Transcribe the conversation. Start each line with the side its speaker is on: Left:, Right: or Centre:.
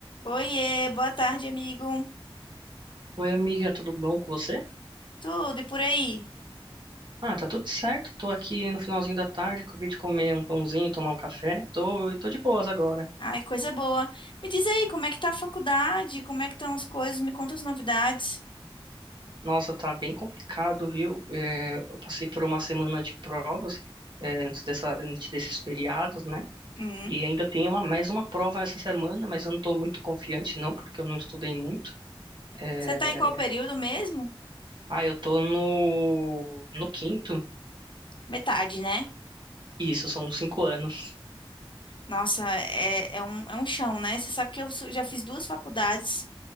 Left: Oiê, boa tarde, amigo.
Right: Oi, amiga, tudo bom com você?
Left: Tudo e por aí?
Right: Ah, tá tudo certo. Tô aqui no finalzinho da tarde, acabei de comer um pãozinho, e tomar um café. Tô, e tô de boas agora.
Left: Ai, coisa boa. Me diz aí, como é que tá a faculdade? Como é que estão as coisas? Me conta as novidades.
Right: Nossa, tá bem complicado, viu? É, eu passei por uma semana de provas, é, antes dessa, antes desses feriados, né?
Left: Hum.
Right: E ainda tem uma, mais uma prova essa semana, mas eu não tô muito confiante, não, porque eu não estudei muito. É,
Left: Você tá em qual período mesmo?
Right: ah, eu tô no, no quinto.
Left: Metade, né?
Right: Isso, são cinco anos.
Left: Nossa, é, é um, é um chão, né? Você sabe que eu su- já fiz duas faculdades,